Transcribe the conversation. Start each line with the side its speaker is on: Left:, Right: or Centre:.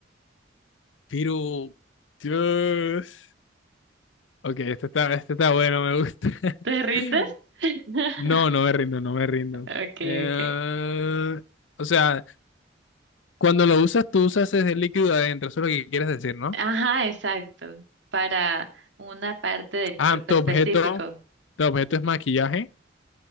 Left: pero... Dios. Ok, este está, este está bueno, me gusta.
Right: ¿Te rindes?
Left: <laughs>
Right: <laughs>
Left: No, no me rindo, no me rindo.
Right: Okay,
Left: Eh,
Right: okay.
Left: o sea, Cuando lo usas, tú usas ese líquido adentro, eso es lo que quieres decir, ¿no?
Right: Ajá, exacto. Para una parte del cuerpo
Left: Ah, tu
Right: específico.
Left: objeto, tu objeto es maquillaje.